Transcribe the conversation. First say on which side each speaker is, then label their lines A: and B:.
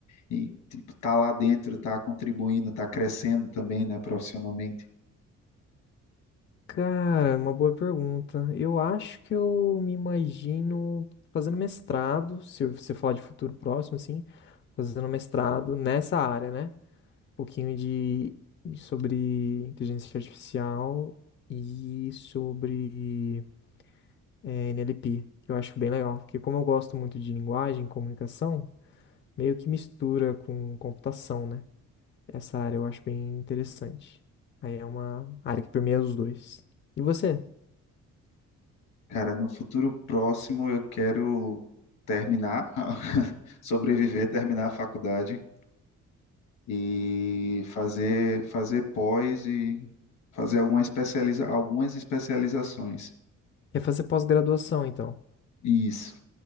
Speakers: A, on the left (about 85°); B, on the left (about 40°).
A: e tipo, tá lá dentro, tá contribuindo, tá crescendo também, né, profissionalmente?
B: Cara, é uma boa pergunta. Eu acho que eu me imagino fazendo mestrado, se você falar de futuro próximo, assim, fazendo mestrado nessa área, né? Um pouquinho de sobre inteligência artificial e sobre eh, NLP, que eu acho bem legal, porque como eu gosto muito de linguagem, e comunicação, meio que mistura com computação, né? Essa área eu acho bem interessante. Aí é uma área que permeia os dois. E você?
A: Cara, no futuro próximo eu quero terminar, <laughs> sobreviver, terminar a faculdade e fazer fazer pós e fazer alguma especializa, algumas especializações.
B: Quer fazer pós-graduação, então.
A: Isso,